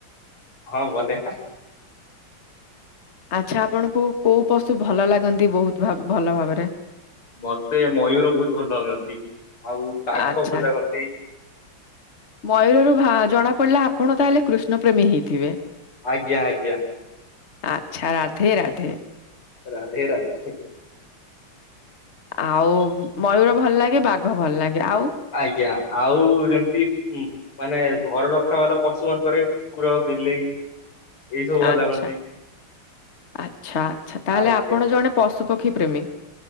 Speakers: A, on the left; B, on the left.
A: ହଁ ବନେଇବା।
B: ଆଚ୍ଛା ଆପଣଙ୍କୁ କୋଉ ପଶୁ ଭଲ ଲାଗନ୍ତି ବହୁତ ଭଲ ଭାବରେ?
A: ମତେ ମୟୂର ବହୁତ ଭଲ ଲାଗନ୍ତି ଆଉ ବାଘ
B: ଆଚ୍ଛା
A: ଭଲ ଲାଗନ୍ତି।
B: ମୟୂରରୁ ଭା ଜଣା ପଡିଲେ ଆପଣ ତାହେଲେ କୃଷ୍ଣ ପ୍ରେମୀ ହେଇଥିବେ।
A: ଆଜ୍ଞା ଆଜ୍ଞା।
B: ଆଚ୍ଛା ରାଧେ ରାଧେ।
A: ରାଧେ ରାଧେ।
B: ଆଉ ମୟୂୁର ଭଲ ଲାଗେ, ବାଘ ଭଲ ଲାଗେ। ଆଉ?
A: ଆଜ୍ଞା ଆଉ ଯେମତି ଉଁ ମାନେ ଘର ରଖା ବାଲା ପଶୁ ମାନଙ୍କରେ କୁକୁର, ବିଲେଇ ଏଇ ସବୁ ଭଲ
B: ଆଚ୍ଛା
A: ଲାଗନ୍ତି।
B: ଆଚ୍ଛା ଆଚ୍ଛା ତାହେଲେ
A: ଆଜ୍ଞା
B: ଆପଣ ଜଣେ ପଶୁପକ୍ଷୀ ପ୍ରେମୀ।